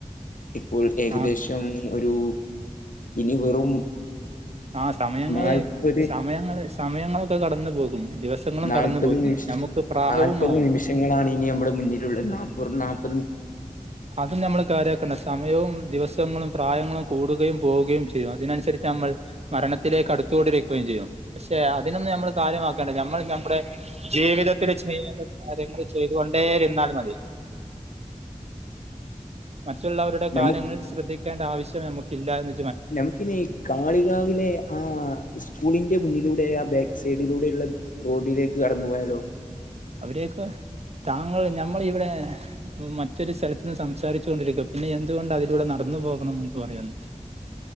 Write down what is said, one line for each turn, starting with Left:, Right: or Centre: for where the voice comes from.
Left: ഇപ്പോൾ ഏകദേശം
Right: ആ
Left: ഒരു.. ഇനി വെറും
Right: ആ സമയങ്ങള്
Left: നാല്പത്
Right: സമയങ്ങള് സമയങ്ങളൊക്കെ കടന്നു പോകും ദിവസങ്ങളും
Left: നാല്പ്പത്
Right: കടന്നു പോകും
Left: നിമിഷ
Right: നമുക്ക് പ്രായവുമാവും
Left: നാല്പത് നിമിഷങ്ങളാണ് ഇനി നമ്മുടെ മുന്നിലുള്ളത് വെറും നാല്പ-
Right: അതും ഞമ്മള് കാര്യമാക് സമയവും ദിവസങ്ങളും പ്രായങ്ങളും കൂടുകയും പോവുകയും ചെയ്യും.. അതിനനുസരിച്ച് നമ്മൾ മരണത്തിലേക്ക് അടുത്തുകൊണ്ടിരിക്കുകയും ചെയ്യും പക്ഷെ അതിനൊന്നും നമ്മൾ കാര്യമാക്കേണ്ട നമ്മൾ നമ്മുടെ ജീവിതത്തിൽ ചെയ്തകാര്യങ്ങൾ ചെയ്തുകൊണ്ടേയിരുന്നാൽ മതി.. മറ്റുള്ളവരുടെ കാര്യങ്ങൾ
Left: നമുക്ക്
Right: ശ്രദ്ധിക്കേണ്ട ആവശ്യം നമുക്കില്ലന്ന്
Left: നമുക്കിനി കാളികാവിലെ ആ സ്കൂളിന്റെ മുന്നിലൂടെ ആ ബാക്ക് സൈ - സൈഡിലൂടെയുള്ള റോഡിലേക്ക് കടന്നു പോയാലോ
Right: അവരെയൊക്കെ താങ്കൾ ഞമ്മൾ ഇവിടെ മറ്റൊരു സ്ഥലത്തു നിന്ന് സംസാരിച്ചു കൊണ്ടിരിക്കുക പിന്നെ എന്തുകൊണ്ട് അതിലൂടെ നടന്ന് ന്ന് പോകണം എന്ന് പറയുന്നു